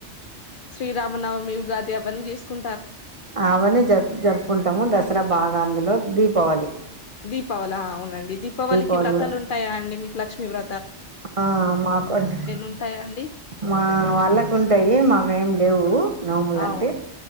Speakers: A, on the left; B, on the right.
A: శ్రీరామ్ నవమి ఉగాది అవన్ని చేసుకుం
B: ఆవని జ జరుపుకుంటాము దసరా బాగా అందులో దీపావళి
A: దీపావళి అవునండి దీపావళికి
B: దీపావళి
A: వ్రతాలు
B: కూడా
A: ఉంటాయా అండి మీకు లక్ష్మీ వ్ర
B: ఆ మా కొడుకు
A: ఉంటాయా అండి
B: మా వాళ్ళకు ఉంటాయి మాకేం లేవు నోములంటే
A: అవును